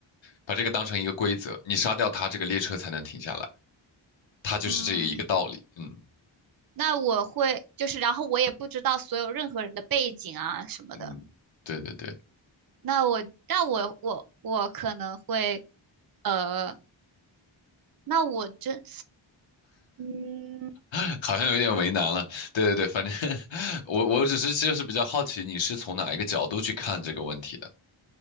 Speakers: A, on the left; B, on the right.
A: 把这个当成一个规则。你杀掉它，这个列车才能停下来。它就是这一个道理。
B: 嗯。
A: 嗯
B: 那我会就是，然后我也不知道所有任何人的背景啊什么的。
A: 嗯，对对对，
B: 那我那我我我可能会呃，那我这嗯。
A: <laughs> 好像有点为难了。对对对，反正 <laughs> 我我只是就是比较好奇，你是从哪一个角度去看这个问题的？